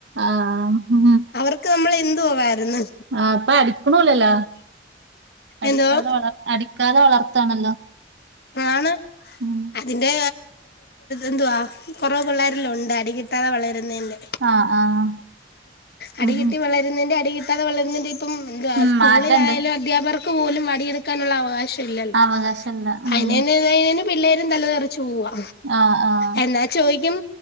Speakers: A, on the right (about 80°); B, on the left (about 60°).
A: ആഹ് ഉം
B: അവർ നമ്മൾ എന്തോവായിരുന്ന്
A: ആഹ് അപ്പ അടിക്കണമില്ലല്ല അടിക്കാതെ
B: എന്തോ
A: അടിക്കാതെ വളർത്താണല്ലോ
B: ആണ്
A: ഉം
B: അതിന്റെ എന്തുവാ കുറവ് പിള്ളേരെല്ലാം ഉണ്ട് അടി വളരുന്നന്റെ
A: ആഹ് ആഹ്
B: അടി
A: ഉം
B: കിട്ടി വള പേരാന്റ്ൻന്റെ അടി കിട്ടാതെ വളരുന്നന്റെ ഇപ്പം അ
A: ഉം
B: സ്കൂളിലായാലും
A: മാറ്റണ്ട്
B: അധ്യാകർക്ക് പോലും വടിയെടുക്കാനുള്ള അവകാശം ഇല്ല ഇല്ല
A: അവകാശല്ല
B: <unintelligible>
A: ഉം
B: പിള്ളേരും തലതെറിച്ച് പോവാ
A: ആഹ് ആഹ്
B: എന്ന ചോയിക്കും